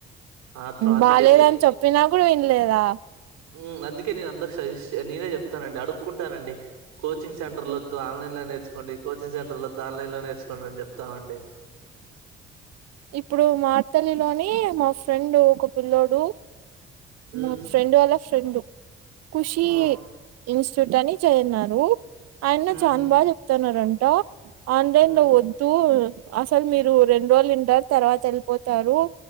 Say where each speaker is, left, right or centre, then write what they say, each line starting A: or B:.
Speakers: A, on the right; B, on the right.
A: ఆత్రం అందుకే
B: బాలేదని చెప్పినా కూడా వినలేదా
A: ఉమ్ అందుకే నేను అందరి సజెస్ నేనే చెప్తానండి అడుక్కుంటానండి కోచింగ్ సెంటర్ల
B: ఉమ్,
A: వద్దు ఆన్లైన్ లో నేర్చుకోండి కోచింగ్ సెంటర్ల వద్దు ఆన్లైన్ లో నేర్చుకోండి అని చెప్తామండి
B: ఇప్పుడు మార్తల్లి లోని మా ఫ్రెండ్ ఒక పిల్లోడు
A: మ్మ్
B: మా ఫ్రెండ్ వాళ్ళ ఫ్రెండు ఖుషి
A: ఆ
B: ఇన్స్టిట్యూట్ అని చేయన్నారు ఆయన
A: మ్మ్
B: చా బాగా చెప్తున్నారుంట ఆన్లైన్
A: మ్మ్
B: లో వద్దు అసలు మీరు రెండు రోజులు వింటారు తర్వాత వెళ్ళిపోతారు.